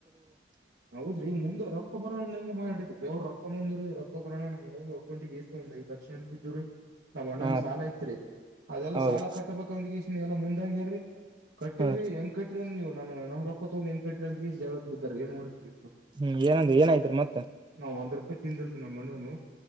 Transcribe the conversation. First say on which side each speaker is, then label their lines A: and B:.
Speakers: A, on the right; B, on the right.
A: ಹೌದ್ರಿ ಮುಂದೆ ರೊಕ್ಕ ಬರೋ ನಂಗೆ ಮಾಡಿಿ ವ್ ರೊಕ್ಕ ಬಂದ್್ರೀ ರೊಕ್ಕ ಪ್ರರಿಾಣಾಮವುಂಟಿಗೆ ಎಸ್ಂದ ಈ ದಕ್ಷಿಣನ ಬಿದ್ದ್್ರೀ ನಾವ್ ಒಣ್ಣೊನ್
B: ಹಾ
A: ಸಾಲ
B: ರೀ
A: ಇತ್ರಿ ಅದೆಲ್ಲ
B: ಹೌದು
A: ಸಾಲ ಕಟ್ಟಬೇಕಂದ ಇಷ್ಟ ನೀ ಎಲ್ಲಾ ಮುಂದಾಗ್ಯಾರಿ ಕಟ್ಟಿವವ್ರಿ
B: ಹ
A: ಹೆಂಗ್ ಕಟ್ಟ್ರ ನೀವು ನಮ್ಮ ಕ್ಕ ಂಗ ಕಟ್ಟ್ರ ಅಂತ ಜಗಳ ಬ ಏನ್ ಮಾಡ್ತರಿ
B: ಹ್ಮ್ ಏನಂದ ಏನಾಯ್ತ್ರಿ ಮತ್ತ
A: ನ ಒಂದ್ ರೂಪಾಯಿ ತಿಂದಿಲ್ರಿ ನಮ್ಮ್ಣ್ಣನು